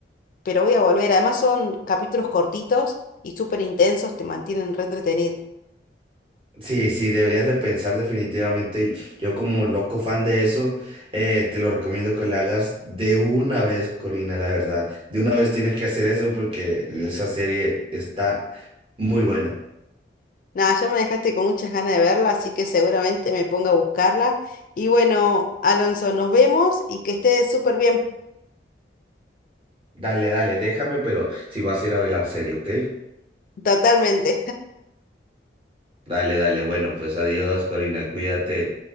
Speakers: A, on the left; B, on the right.
A: pero voy a volver. Además son capítulos cortitos y súper intensos, te mantienen re entretenido.
B: Sí, sí, deberías de pensar definitivamente. Yo como loco fan de eso, eh, te lo recomiendo que lo hagas de una vez, Corina, la verdad. De una vez tienes que hacer eso porque esa serie está muy buena.
A: Nada, ya me dejaste con muchas ganas de verla, así que seguramente me ponga a buscarla. Y bueno, Alonso, nos vemos y que estés súper bien.
B: Dale, dale, déjame, pero si vas a ir a ver la serie, ¿ok?
A: Totalmente.
B: Dale, dale, bueno, pues adiós, Corina, cuídate.